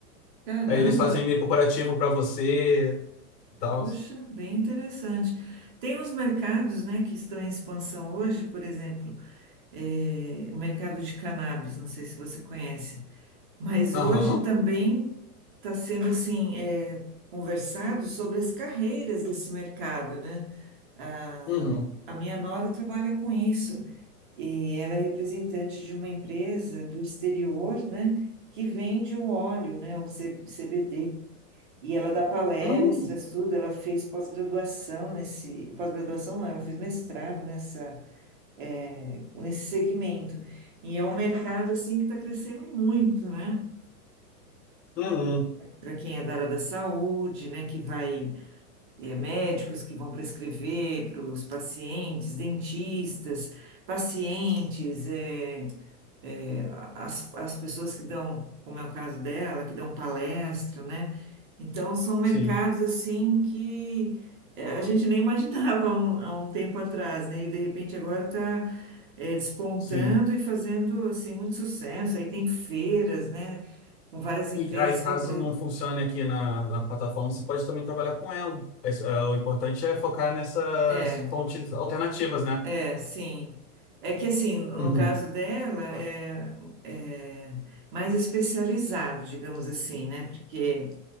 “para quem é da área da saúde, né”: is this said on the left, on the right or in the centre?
Right